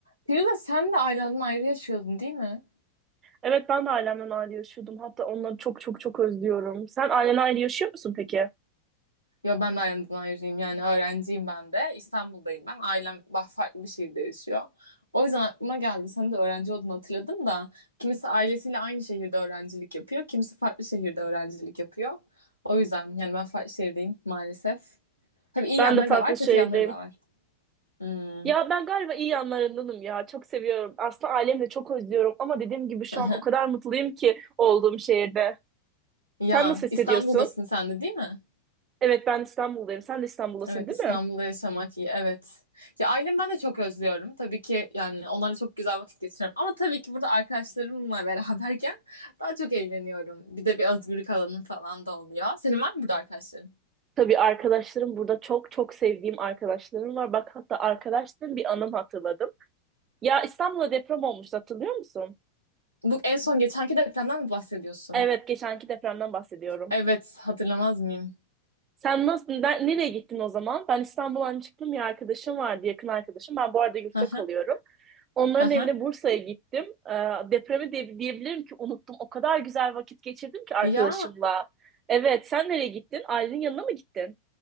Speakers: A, on the right; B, on the right.
A: Firuze sen de ailemden ayrı yaşıyordun değil mi?
B: Evet ben de ailemden ayrı yaşıyordum. Hatta onları çok çok çok özlüyorum. Sen ailenle ayrı yaşıyor musun peki?
A: Ya ben de ailemden ayrıyım yani öğrenciyim ben de. İstanbul'dayım ben. Ailem bah- farklı bir şehirde yaşıyor. O yüzden aklıma geldi. Sen de öğrenci olduğunu hatırladım da. Kimisi ailesiyle aynı şehirde öğrencilik yapıyor. Kimisi farklı şehirde öğrencilik yapıyor. O yüzden yani ben farklı şehirdeyim maalesef. Tabii iyi
B: Ben
A: yanları
B: de farklı
A: da var, kötü
B: şehirdeyim.
A: yanları da var. Hmm.
B: Ya ben galiba iyi yanlarındanım ya. Çok seviyorum. Aslında ailemi de çok özlüyorum. Ama dediğim gibi şu
A: <laughs>
B: an o kadar mutluyum ki olduğum şehirde.
A: Ya
B: Sen nasıl hissediyorsun?
A: İstanbul'dasın sen de değil mi?
B: Evet ben İstanbul'dayım. Sen de İstanbul'dasın
A: Evet
B: değil
A: İstanbul'da
B: mi?
A: yaşamak iyi. Evet. Ya ailemi ben de çok özlüyorum. Tabii ki yani onlarla çok güzel vakit geçiriyorum. Ama tabii ki burada arkadaşlarımla beraberken daha çok eğleniyorum. Bir de bir özgürlük alanım falan da oluyor. Senin var mı burada arkadaşların?
B: Tabii arkadaşlarım burada çok çok sevdiğim arkadaşlarım var. Bak hatta arkadaşlarım bir anım hatırladım. Ya İstanbul'da deprem olmuştu hatırlıyor musun?
A: Bu en son geçenki depremden mi bahsediyorsun?
B: Evet, geçenki depremden bahsediyorum.
A: Evet, hatırlamaz mıyım?
B: Sen nasıl, ne- nereye gittin o zaman? Ben İstanbul'dan çıktım, bir arkadaşım vardı, yakın arkadaşım. Ben bu arada yurtta
A: Hı hı,
B: kalıyorum. Onların
A: hı hı.
B: evine Bursa'ya gittim. Ee, depremi diye, diyebilirim ki unuttum. O kadar güzel vakit geçirdim ki arkadaşımla.
A: Ya
B: Evet, sen nereye gittin? Ailenin yanına mı gittin?